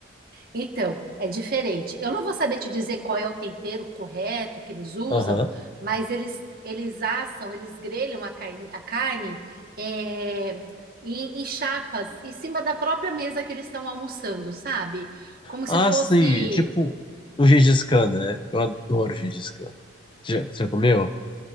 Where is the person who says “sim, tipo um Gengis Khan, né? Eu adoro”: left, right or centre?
Left